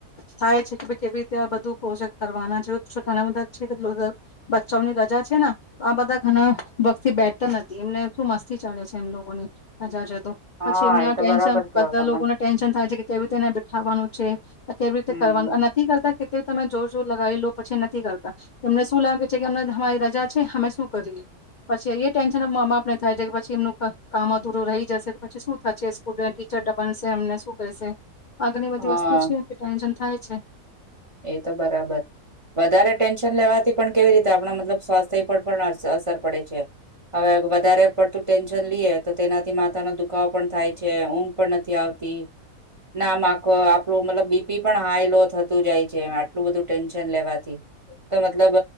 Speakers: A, on the left (about 65°); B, on the right (about 25°).
A: થાય છે કે ભ કેવી રીતે બધું પ્રોજેક્ટ કરવાના છે ઘણા બધા છે બચ્ચાઓની રજા છે ને તો આ બધા ઘણા વર્થી બેટર નથી એમને શું મસ્તી ચાલે છે એમ લોકોની હા જાત જાત ની
B: હા
A: પછી એમને
B: એ
A: આ
B: તો
A: ટેન્શન
B: બરાબર કેવો
A: બધા
B: તમે
A: લોકોને ટેન્શન થાય છે તેવી તેને બેઠાવાનું છે આ કેવી રીતે
B: હમ
A: કરવાનું આ નક્કી કરતા કે તો તમે જોર જોર લગાવી લો પછી નથી કરતા એમને શું લાગે છે કેમ હમારી રજા છે હમે શું કરીએ પછી એ ટેન્શન મા બાપ ને થાય છે કે પછી એમનું પ કામ દૂર રહી જશે તો પછી શું થાસે સ્ટુડન્ટ ટીચર ડપનસે અમને શું કહેશે. આગની બધી
B: હા
A: વસ્તુ છું કે ટેન્શન થાય છે.
B: એ તો બરાબર વધારે ટેન્શન લેવાથી પણ કેવી રીતે આપણા મતલબ સ્વાસ્થ પર પણ અસ અસર પડે છે. હવે વધારે પડતું ટેન્શન લઈએ તો તેનાથી માથાનો દુ ખાવો પણ થાય છે. ઊંઘ પણ નથી આવતી. ના માકો આપડું મતલબ બીપી પણ હાઈ લો થ થઇ જાય છે. આટલું બધું ટેન્શન લેવાથી. તો મતલબ